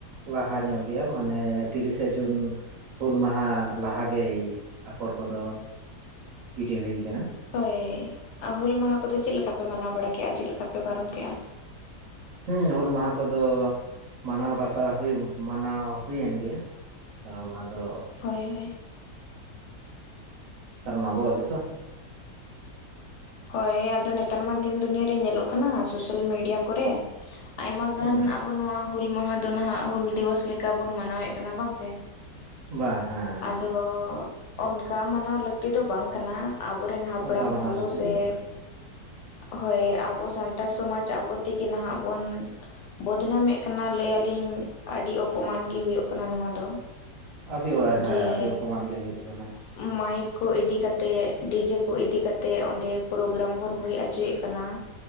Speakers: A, on the right; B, on the left.
A: ᱞᱟᱦᱟ ᱧᱚᱜ ᱜᱮᱭᱟ ᱢᱟᱱᱮ ᱛᱤᱨᱤᱥᱟ ᱡᱩᱱ ᱦᱩᱞ ᱢᱟᱦᱟ ᱞᱟᱦᱟ ᱜᱮᱭ ᱟᱯᱷᱚᱨ ᱠᱚᱫᱚ ᱜᱤᱰᱤ ᱦᱩᱭ ᱠᱟᱱᱟ᱾
B: ᱦᱳᱭ ᱟ ᱦᱩᱞ ᱢᱟᱦᱟ ᱠᱚᱫᱚ ᱪᱮᱫ ᱞᱮᱠᱟᱯᱮ ᱢᱟᱱᱟᱣ ᱵᱟᱲᱟ ᱠᱮᱜᱼᱟ? ᱪᱮᱫ ᱞᱮᱠᱟ ᱯᱮ ᱯᱟᱨᱚᱢ ᱠᱮᱜᱼᱟ?
A: ᱦᱩᱸ ᱦᱩᱞ ᱢᱟᱦᱟ ᱠᱚᱫᱚ ᱢᱟᱱᱟᱣ ᱵᱟᱛᱟ ᱦᱩᱭᱩᱜ, ᱢᱟᱱᱟᱣ ᱦᱩᱭᱮᱱ ᱜᱮᱭᱟ᱾ ᱟᱨ ᱚᱱᱟ ᱫᱚ
B: ᱦᱳᱭ ᱦᱳᱭ᱾
A: ᱠᱟᱨᱚᱱ ᱟᱵᱚᱣᱟᱜ ᱜᱮᱛᱚ᱾
B: ᱦᱳᱭ ᱟᱫᱚ ᱱᱮᱛᱟᱨ ᱢᱟ ᱫᱤᱱ ᱫᱩᱱᱤᱭᱟᱹ ᱨᱮ ᱧᱮᱞᱚᱜ ᱠᱟᱱᱟ ᱥᱳᱥᱟᱞ ᱢᱤᱰᱤᱭᱟ ᱠᱚᱨᱮ, ᱟᱭᱢᱟ ᱜᱟᱱ
A: ᱦᱮᱸ
B: ᱟᱵᱚ ᱱᱚᱣᱟ ᱦᱩᱞ ᱢᱟᱦᱟ ᱫᱚ ᱱᱟᱦᱟᱜ ᱦᱩᱞ ᱫᱤᱵᱚᱥ ᱞᱮᱠᱟ ᱵᱚᱱ ᱢᱟᱱᱟᱣᱮᱜ ᱠᱟᱱᱟ ᱵᱟᱝ ᱥᱮ᱾
A: ᱵᱟᱝ ᱦᱮᱸ ᱦᱮᱸ
B: ᱟᱫᱚ ᱚᱱᱠᱟ ᱢᱟᱱᱟᱣ ᱞᱟᱹᱠᱛᱤ ᱫᱚ ᱵᱟᱝ ᱠᱟᱱᱟ᱾ ᱟᱵᱚᱨᱮᱱ ᱦᱟᱯᱲᱟᱢ
A: ᱚᱱᱠᱟ ᱢᱟᱱᱟᱣ
B: ᱠᱚ
A: ᱞᱟᱹᱠᱛᱤ
B: ᱥᱮ
A: ᱫᱚ ᱵᱟᱝ ᱠᱟᱱᱟ
B: ᱦᱳᱭ ᱟᱵᱚ ᱥᱟᱱᱛᱟᱲ ᱥᱚᱢᱟᱡᱽ ᱟᱵᱚ ᱛᱮᱜᱮ ᱱᱟᱦᱟᱜ ᱵᱚᱱ ᱵᱚᱫᱱᱟᱢᱮᱜ ᱠᱟᱱᱟ ᱞᱟᱹᱭ ᱟᱹᱞᱤᱧ ᱟᱹᱰᱤ ᱚᱯᱚᱢᱟᱱ ᱜᱮ ᱦᱩᱭᱩᱜ ᱠᱟᱱᱟ ᱱᱚᱣᱟ ᱫᱚ᱾
A: ᱟᱹᱵᱤ ᱳᱭᱮ ᱦᱮᱸ
B: ᱡᱮ
A: ᱟᱹᱰᱤ ᱚᱯᱚᱢᱟᱱ ᱜᱮ ᱦᱩᱭᱩᱜ ᱠᱟᱱᱟ
B: ᱢᱟᱭᱤᱠ
A: ᱚᱵᱚᱥᱳᱭ᱾
B: ᱠᱚ ᱤᱫᱤ ᱠᱟᱛᱮ ᱛᱮᱜ ᱰᱤᱡᱮ ᱠᱚ ᱤᱫᱤ ᱠᱟᱛᱮᱜ ᱚᱸᱰᱮ ᱯᱨᱳᱜᱨᱟᱢ ᱵᱚᱱ ᱦᱩᱭ ᱚᱪᱚᱭᱮᱜ ᱠᱟᱱᱟ,